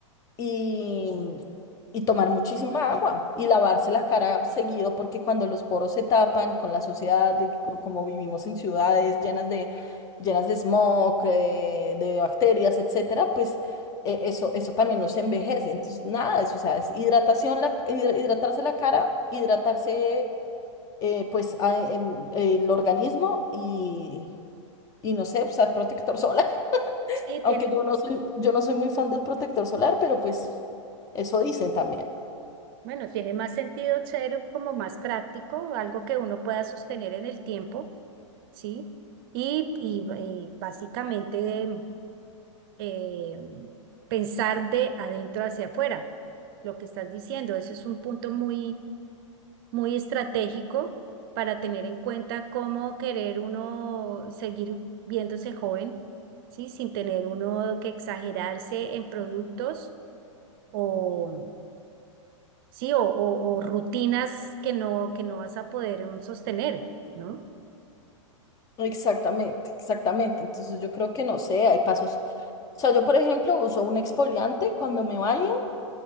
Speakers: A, on the left; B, on the right.
A: y, y tomar muchísima agua y lavarse la cara seguido porque cuando los poros se tapan con la sociedad, de co- como vivimos en ciudades llenas de, llenas de smog, eh, de bacterias, etcétera, pues eh, eso, eso también nos envejece. Entonces, nada, eso, o sea, es hidratación, la, hidra- hidratarse la cara, hidratarse eh, pues a- el, el organismo y, y no sé, usar protector solar.
B: Sí,
A: Aunque
B: tiene,
A: yo no soy, yo no soy muy fan del protector solar, pero pues eso dicen también.
B: bueno, tiene más sentido ser como más práctico, algo que uno pueda sostener en el tiempo, ¿sí? Y, y, eh, básicamente eh, pensar de adentro hacia afuera, lo que estás diciendo. Eso es un punto muy, muy estratégico para tener en cuenta cómo querer uno seguir viéndose joven, ¿sí? Sin tener uno que exagerarse en productos o sí, o, o- o rutinas que no, que no vas a poder em, sostener, ¿no?
A: Exactamente, exactamente. Entonces yo creo que no sé, hay pasos. O sea, yo por ejemplo uso un exfoliante cuando me baño,